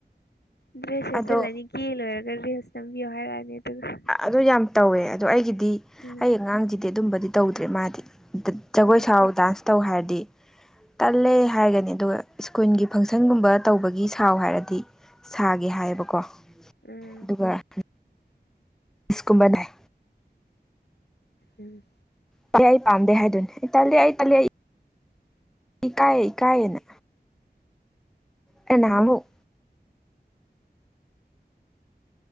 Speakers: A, on the left; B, in the centre.
A: ꯗ꯭ꯔꯦꯁ ꯁꯦꯆꯜꯂꯅꯤ
B: ꯑꯗꯣ
A: ꯀꯦ ꯂꯣꯏꯔꯒ ꯔꯤꯜꯁ ꯅꯝꯕꯤꯌꯣ ꯍꯥꯏꯔꯛꯑꯅꯤ ꯑꯗꯨꯒ
B: ꯑꯗꯨ ꯌꯥꯝ ꯇꯧꯋꯦ ꯑꯗꯣ ꯑꯩꯒꯤꯗꯤ
A: ꯎꯝ
B: ꯑꯩ ꯑꯉꯥꯡꯁꯤꯗꯤ ꯑꯗꯨꯝꯕꯗꯤ ꯇꯧꯗ꯭ꯔꯦ ꯃꯥꯗꯤ ꯖꯒꯣꯏ
A: ꯍꯣꯏ
B: ꯁꯥꯎ ꯗꯥꯟꯁ ꯇꯧ ꯍꯥꯏꯔꯗꯤ ꯇꯜꯂꯦ ꯍꯥꯏꯒꯅꯤ ꯑꯗꯨꯒ ꯁ꯭ꯀꯨꯟꯒꯤ ꯐꯪꯁꯟꯒꯨꯝꯕ ꯇꯧꯕꯒꯤ ꯁꯥꯎ ꯍꯥꯏꯔꯗꯤ ꯁꯥꯒꯦ ꯍꯥꯏꯌꯦꯕꯀꯣ
A: ꯎꯝ
B: ꯑꯗꯨꯒ ꯏꯁꯀꯨꯝꯕꯅꯦꯏ
A: ꯎꯝ
B: ꯇꯜꯂꯦ ꯑꯩ ꯄꯥꯝꯗꯦ ꯍꯥꯏꯗꯨꯅꯦ ꯇꯜꯂꯦ ꯑꯩ ꯇꯜꯂꯦ ꯑꯩ ꯏ ꯀꯥꯏ ꯀꯥꯏꯑꯅ ꯑꯩꯅꯥꯍꯥꯃꯨꯛ
A: ꯎꯝ